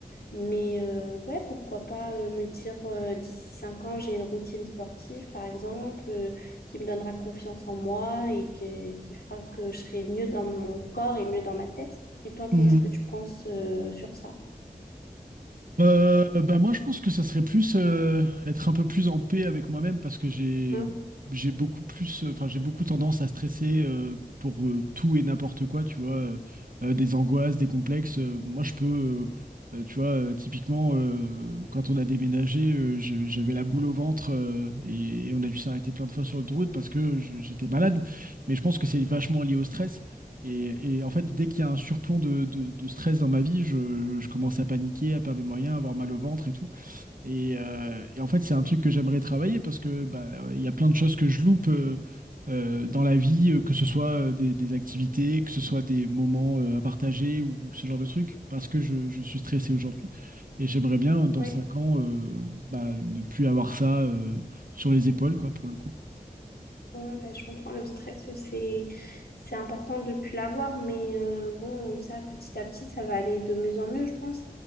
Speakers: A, on the left (about 75°); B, on the right (about 60°).
A: Mais euh, ouais, pourquoi pas euh, me dire euh, d'ici 5 ans, j'ai une routine sportive, par exemple, euh, qui me donnera confiance en moi et que- qui fera que je serai mieux dans mon corps et mieux dans ma tête. Et toi, qu'est-ce
B: Mm.
A: que tu penses euh, sur ça?
B: Euh, bah moi, je pense que ça serait plus euh, être un peu plus en paix avec moi-même parce que j'ai
A: Hein?
B: j'ai beaucoup plus, euh, enfin j'ai beaucoup tendance à stresser euh, pour euh, tout et n'importe quoi, tu vois, euh, euh, des angoisses, des complexes. Euh, moi, je peux, euh, euh, tu vois, euh, typiquement euh, quand on a déménagé, euh, je- j'avais la boule au ventre euh, et, et on a dû s'arrêter plein de fois sur l'autoroute parce que je- j'étais malade. Mais je pense que c'est vachement lié au stress. Et, et en fait, dès qu'il y a un surplomb de, de- de stress dans ma vie, je, je commence à paniquer, à perdre mes moyens, à avoir mal au ventre et tout. Et, euh, et en fait, c'est un truc que j'aimerais travailler parce que bah, il y a plein de choses que je loupe euh, euh, dans la vie, euh, que ce soit euh, des, des activités, que ce soit des moments euh, à partager ou ce genre de trucs, parce que je, je suis stressé aujourd'hui. Et j'aimerais bien, dans
A: Oui.
B: cinq ans, euh, bah, ne plus avoir ça euh, sur les épaules, quoi, pour le coup.
A: Ouais, bah, je comprends le stress, c'est c'est important de plus l'avoir, mais euh, bon, ça petit à petit, ça va aller de mieux en mieux, je pense.